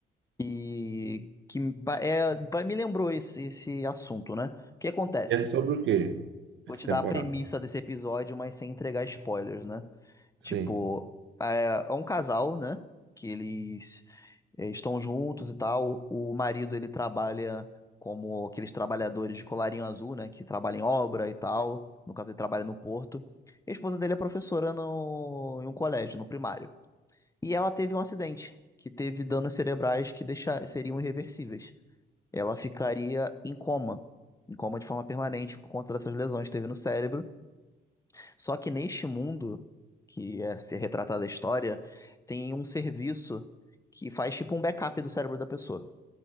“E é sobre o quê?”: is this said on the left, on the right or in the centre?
Right